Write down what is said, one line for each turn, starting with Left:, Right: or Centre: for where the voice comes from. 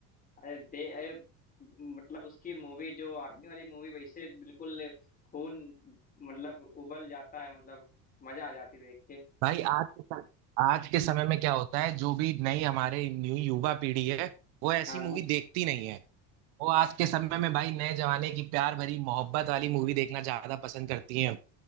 Left: अरे दे अरे मतलब उसकी मूवी जो आर्मी वाली मूवी वैसे बिल्कुल खून मतलब उबल जाता है मतलब मजा आ जाती है देख के
Right: भाई आज के सम- आज के समय में क्या होता है जो भी नई हमारे न्यू युवा पीढ़ी है वो ऐसी
Left: हाँ
Right: मूवी देखती नहीं है वो आज के समय में भाई नए जमाने की प्यार भरी मोहब्बत वाली मूवी देखना ज्यादा पसंद करती हैं